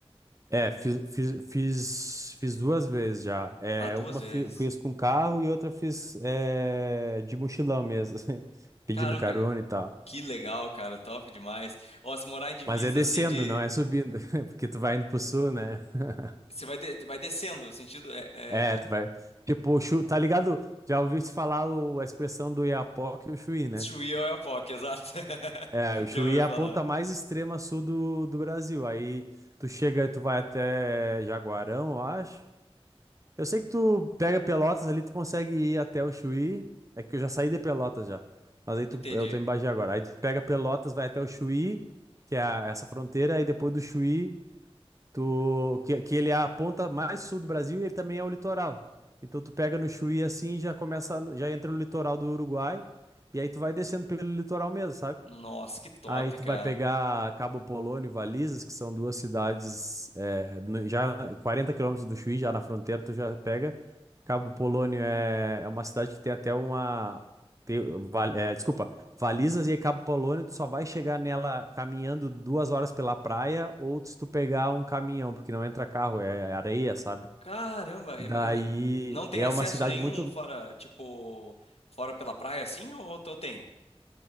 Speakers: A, on the right (about 30°); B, on the left (about 80°).
A: É, fiz, fiz, fiz, fiz duas vezes já. É,
B: Ah, duas
A: uma
B: vezes.
A: fi- fiz com carro e outra fiz é, de mochilão mesmo, <laughs> pedindo
B: Caramba,
A: carona
B: pega-
A: e tal.
B: que legal, cara. Top demais. Ó, se morar em divisa,
A: Mas é descendo,
B: assim, de.
A: não é subindo, <laughs> porque tu vai indo pro sul, né? <laughs>
B: Você vai, de- vai descendo, sentido. É, é...
A: É, tu vai. Tipo, chu- tá ligado? Já ouviu se falar o- a expressão do Iapoque e o Chuí, né?
B: Chuí ou Oiapoque, exato. <laughs>
A: É, o Chuí
B: Já ouvi
A: é a
B: falar.
A: ponta mais extrema sul do, do Brasil. Aí tu chega e tu vai até Jaguarão, eu acho. Eu sei que tu pega Pelotas ali, tu consegue ir até o Chuí. É que eu já saí de Pelotas já. Mas aí tu,
B: Entendi.
A: eu tô em Bagé agora. Aí tu pega Pelotas, vai até o Chuí, que é a- essa fronteira. Aí depois do Chuí. Tu, que, que ele é a ponta mais sul do Brasil e ele também é o litoral. Então tu pega no Chuí assim e já começa, já entra no litoral do Uruguai e aí tu vai descendo pelo litoral mesmo, sabe?
B: Nossa, que top,
A: Aí tu
B: cara.
A: vai pegar Cabo Polônio e Valizas, que são duas cidades é, no- já 40 quilômetros do Chuí, já na fronteira, tu já pega. Cabo Polônio é, é uma cidade que tem até uma. tem- Val- é, desculpa, Valizas e Cabo Polônio, tu só vai chegar nela caminhando duas horas pela praia ou se tu pegar um caminhão, porque não entra carro, é é areia, sabe?
B: Caramba,
A: Daí
B: e ma- e ma- não tem
A: é
B: acesso
A: uma cidade
B: nenhum
A: muito.
B: fora, tipo, fora pela praia assim ou tu tem?